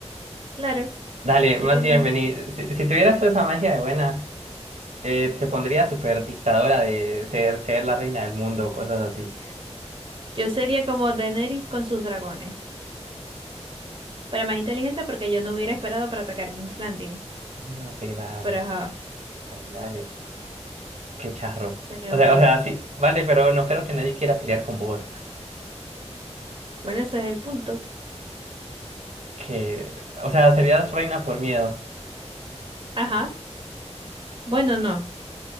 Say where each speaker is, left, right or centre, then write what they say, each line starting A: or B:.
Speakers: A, on the right; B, on the right.
A: Claro,
B: Dale,
A: ¿por
B: más
A: qué
B: bien,
A: no?
B: vení. Si, si tuvieras toda esa magia de buena, eh, te pondría súper dictadora de ser, ser la reina del mundo o cosas así.
A: Yo sería como Daenerys con sus dragones. Pero más inteligente porque yo no hubiera esperado para atacar King's Landing.
B: Ah, Ok, dale,
A: Pero ajá.
B: dale, dale. Qué charro.
A: Pero
B: O sea,
A: bueno.
B: o sea, sí, vale, pero no creo que nadie quiera pelear con vos.
A: Bueno, ese es el punto.
B: Que, o sea, serías reina por miedo.
A: Ajá. Bueno, no.